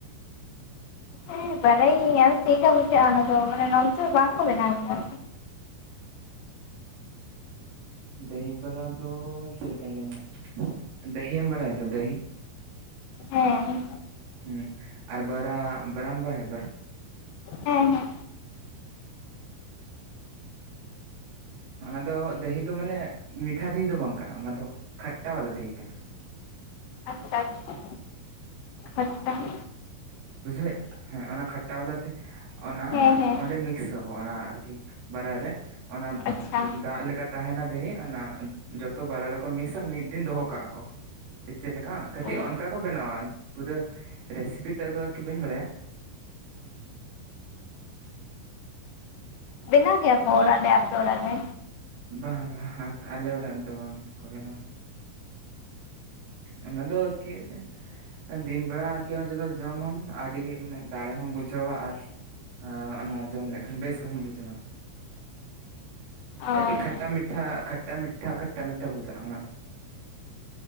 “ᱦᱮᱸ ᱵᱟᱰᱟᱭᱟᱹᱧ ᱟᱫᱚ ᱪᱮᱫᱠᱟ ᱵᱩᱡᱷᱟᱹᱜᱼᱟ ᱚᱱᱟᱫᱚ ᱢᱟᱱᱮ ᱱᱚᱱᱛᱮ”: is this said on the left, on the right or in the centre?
Left